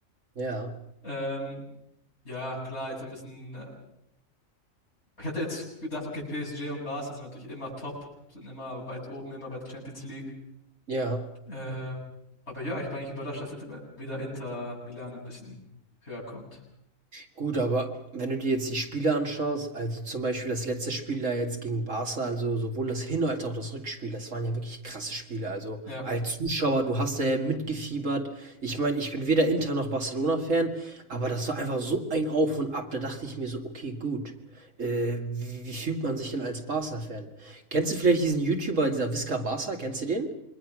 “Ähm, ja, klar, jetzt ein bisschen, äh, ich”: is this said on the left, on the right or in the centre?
Left